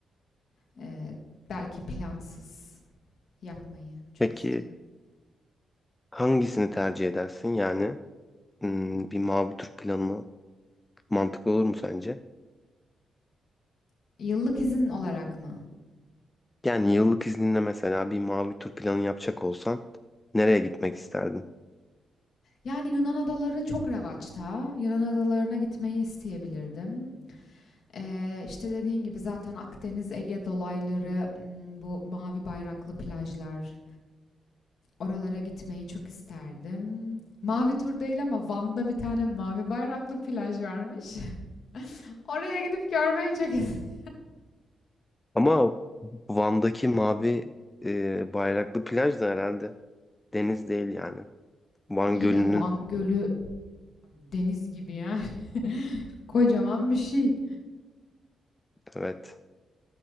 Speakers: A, on the left; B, on the left.
A: e, belki plansız yapmayı çok
B: Peki
A: istiyorum.
B: hangisini tercih edersin? Yani hmm, bir mavi tur planı mantıklı olur mu sence?
A: Yıllık izin olarak mı?
B: Yani yıllık izninle mesela bir mavi tur planı yapacak olsan nereye gitmek isterdin?
A: Yani Yunan adaları çok revaçta. Yunan adalarına gitmeyi isteyebilirdim. Ee, işte dediğin gibi zaten Akdeniz, Ege dolayları, bu mavi bayraklı plajlar, Oralara gitmeyi çok isterdim. Mavi tur değil ama Van'da bir tane mavi bayraklı plaj varmış. <laughs> Oraya gidip görmeyi çok isterdim.
B: Ama o Van'daki mavi e, bayraklı plaj da herhalde deniz değil yani.
A: <laughs>
B: Van
A: İyi
B: Gölü'nün
A: de Van Gölü deniz gibi yani. <laughs> Kocaman bir şey.
B: evet.